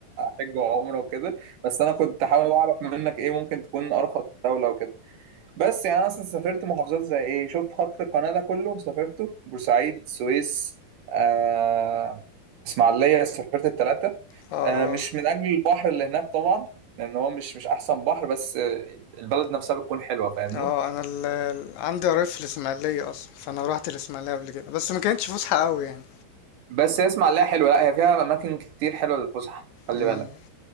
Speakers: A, on the right; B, on the left.
A: حج وعمرة وكده بس أنا كنت حابب أعرف منك إيه ممكن تكون أرخص دولة وكده بس يعني انا اصلا سافرت محافظات زي ايه شفت خط القناة ده كله سافرته بورسعيد السويس آه اسماعيلية سافرت التلاتة
B: اه اه
A: آه مش من اجل البحر اللي هناك طبعا لان هو مش مش احسن بحر بس آه، البلد نفسها بتكون حلوة فاهمني
B: اه انا ال... ال- عندي قرايب في الاسماعيليه اصلا فانا روحت الاسماعيليه قبل كده بس ما كانتش فسحه قوي يعني
A: بس هي اسماعيلية حلوة لا هي فيها اماكن كتير حلوة للفسح خلي
B: امم
A: بالك